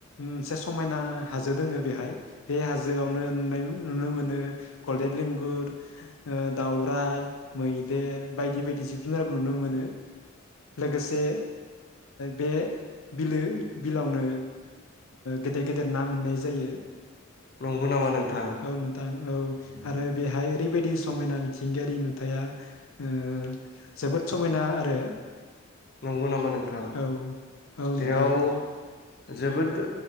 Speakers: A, on the left (about 85°); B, on the left (about 45°).
A: मोनसे समायना हाजो दोङो बेहाय बे हाजोआवनो नुनाय नुनो मोनो। गलडेन लिंगुर दावराइ मैदेर बायदि बायदि जिब जुनारबो नुनो मोनो लोगोसे बे बिलो बिलावनो गेदेर गेदेर ना मोननाय जायो।
B: नंगौ नामा नोंथां।
A: औ नोंथां औ। आरो बेहाय ओरैबायदि समायना मिथिंगायारि नुथाया ओ जोबोद समायना आरो।
B: नंगौ नामा नोंथां
A: औ औ नोंथां
B: बेयाव जोबोद